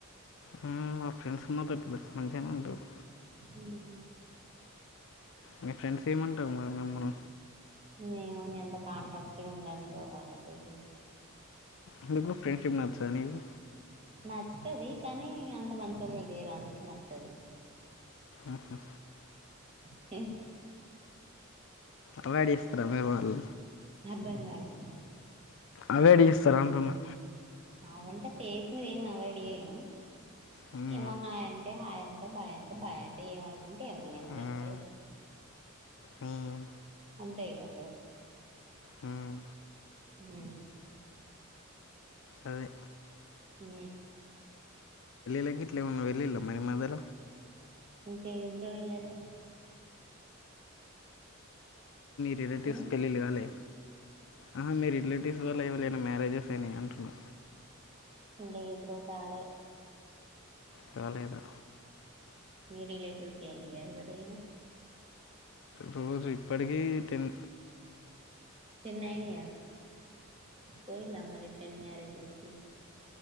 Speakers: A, on the left; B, on the right.
A: హ్మ్. మా ఫ్రెండ్స్ మాతోటి మంచిగనే ఉంటరు
B: మ్ హు
A: మీ ఫ్రెండ్స్ ఏమంటరు మరి మిమ్ముల్
B: నేవో నేఅంత కాంటాక్ట్ లో ఉండను బ్రో వాళ్లతోటి
A: ఎందుకు ఫ్రెండ్షిప్ నచ్చద నీకు
B: నచ్చుతది కానీ అంత మంచోళ్ళు లేరు అందుకే నచ్చదు
A: అ హ
B: హే
A: అవాయిడ్ జేస్తర మీ వొళ్ళు
B: అర్థం గాలే
A: అవాయిడ్ చేస్తారా అంటున్నా
B: అవ్ అంటే ఫేస్ మీద ఏమి అవాయిడ్ జేయను
A: హ్మ్.
B: ఏమో హాయ్ అంటే హాయ్ అంట భాయ్ అంటే భాయ్ అంట ఏమనకుంటే ఏమను
A: హ్మ్.
B: గంతే
A: హ్మ్.
B: అంతేగ బ్రో
A: హ్మ్.
B: హు
A: అదే
B: ఊ
A: లైక్ ఇట్లా ఏమన్నా వెళ్ళిందా మై మదర్
B: ఇంకేం చేయాలలె
A: కిరటిక్స్
B: హ్మ్
A: పెళ్లిళ్లు కాలె ఆహా మీ రిలేటివ్స్ వల్ల ఏవలియైనా మ్యారేజెస్ అయినయ అంటున్నా
B: లేదు బ్రో కాలే
A: కాలేద
B: మీ రిలేటివ్స్ కి అయినాయ ఎవరి అయినా
A: రోజు ఇప్పటికీ తిన్
B: టెన్ అయినయా పోయిలా మరి టెన్ మ్యారేజెస్కి